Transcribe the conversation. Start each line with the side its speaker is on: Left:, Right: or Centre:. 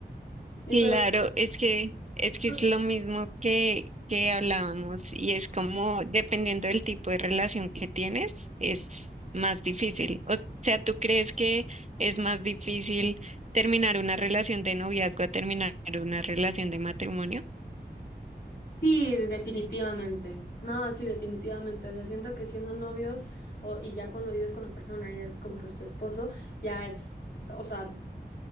Left: Eh,
Right: Claro,
Left: pero
Right: es que es que
Left: no,
Right: es lo mismo que que hablábamos y es como dependiendo del tipo de relación que tienes es más difícil. O sea, ¿tú crees que es más difícil terminar una relación de noviazgo a terminar una relación de matrimonio?
Left: Sí, definitivamente. No, sí, definitivamente. O sea, siento que siendo novios o, y ya cuando vives con la persona, ya es como pues tu esposo, ya es, o sea,